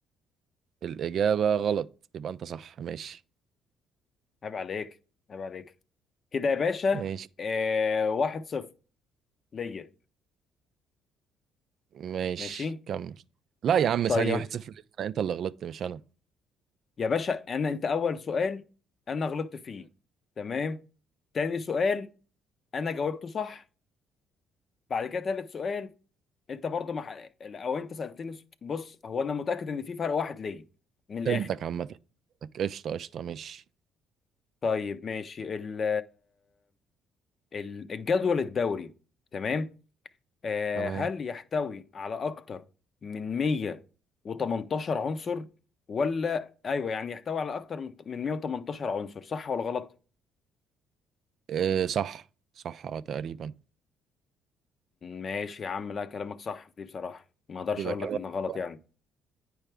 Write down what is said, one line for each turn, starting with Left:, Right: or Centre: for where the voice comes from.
Right: الإجابة غلط يبقى أنت صح ماشي
Left: عيب عليك عيب عليك كده يا باشا
Right: ماشي
Left: آه، واحد صفر ليا
Right: ماشي
Left: ماشي
Right: كمل لا يا عم
Left: طيب
Right: ثانية واحد صفر ليك. أنا أنت اللي غلطت مش أنا
Left: يا باشا انا انت اول سؤال انا غلطت فيه تمام تاني سؤال انا جاوبته صح بعد كده تالت سؤال انت برضو مع او انت سالتني س- بص هو انا متاكد ان في فرق واحد ليا من الاخر
Right: فهمتك عامة فهمتك. قشطة قشطة ماشي
Left: طيب ماشي ال ال- الجدول الدوري تمام آه،
Right: تمام
Left: هل يحتوي على اكتر من 118 عنصر ولا ايوه يعني يحتوي على اكتر من من 118 عنصر صح ولا غلط
Right: إيه صح صح أه تقريبا
Left: ماشي يا عم لا كلامك صح في دي بصراحه ما اقدرش
Right: يبقى
Left: اقول
Right: كده
Left: لك ان غلط
Right: واحد.
Left: يعني